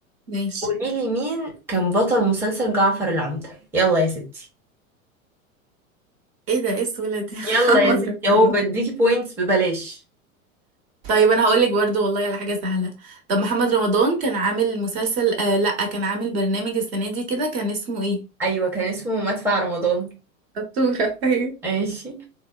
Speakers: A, on the right; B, in the centre.
A: ماشي
B: قولي لي مين كان بطل مسلسل جعفر العمدة يلا يا ستي
A: ايه ده ايه السهولة دي <laughs> محمد
B: يلا يا ستي
A: رمضان
B: اهو بديكي بوينتس ببلاش
A: طيب انا هقولك برضو والله على حاجة سهلة طب محمد رمضان كان عامل مسلسل آه لا كان عامل برنامج السنة دي كده كان اسمه ايه
B: ايوه كان اسمه مدفع رمضان
A: شطورة <laughs> أيوة
B: ماشي